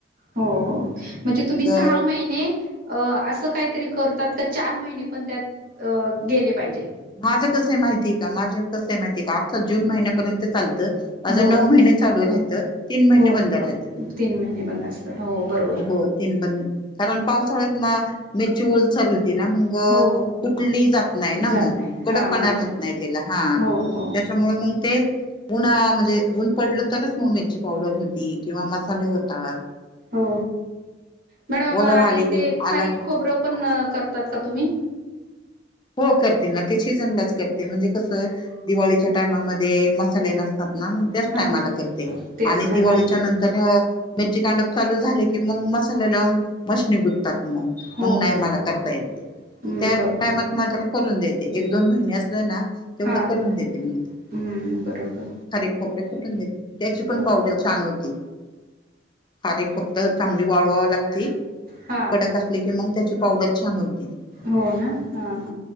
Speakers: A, on the right (about 55°); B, on the left (about 25°).
A: हो हो. म्हणजे
B: मग
A: तुम्ही सहा महिने- अ असं काहीतरी करतात, का चार महिने पण त्यात अ गेले पाहिजे.
B: माझं कस आहे माहिती आहे- का? माझ कस आहे माहितीए का? आमचं जून महिन्यापर्यंत चालतं. माझं
A: हो
B: नऊ महिने चालू राहतं- तीन महिने
A: हो
B: बंद राहाचे.
A: तीन महिने बंद असतं हो बरोबर
B: हो तीन ब- कारण पावसाळ्यात म मिरची ओलसर हो- ती ना मग
A: हो
B: तुटली जात नाही ना
A: जात
B: मग,
A: नाही
B: कडकपणा
A: हा हा
B: राहत
A: हा
B: नाही त्याला हा.
A: हो हो
B: त्याच्यामुळे मग ते उन्हाळा म्हणजे ऊन पडलं तरच मग मिरची पावडर होती. किंवा मसाले होतात.
A: हो मॅडम
B: ओलावा
A: आणि
B: आले की
A: ते खारीक,
B: आला की
A: खोबरं पण अ करतात का तुम्ही?
B: हो करते ना ते शिजनलाच करते म्हणजे कसं, दिवाळीच्या टायमामध्ये मसाले नसतात ना मग त्याच
A: हा
B: टाइमाला करते,
A: तेच
B: आणि
A: ना
B: दिवाळीच्या
A: हा
B: नंतर अ मिरची कांडप चालू झाले की मग मस् नि लावून मशनी गुततात मग,
A: हो
B: मग नाय
A: हो
B: मला करता येत ते,
A: हं,
B: मग त्या
A: बरोबर
B: टायमात मात्र करून देते, एक दोन महिने असलं ना तेवढं
A: हां
B: करून देते मग ते,
A: हं,
B: ह
A: बरोबर
B: खारीेक खोबरं कुटून देते. त्याची पण
A: हो
B: पावडर छान होती, खारीक फक्त चांगली वाळवावं लागती.
A: हां
B: मग कडक असले कि मग त्याची पावडर छान होती.
A: हो ना हां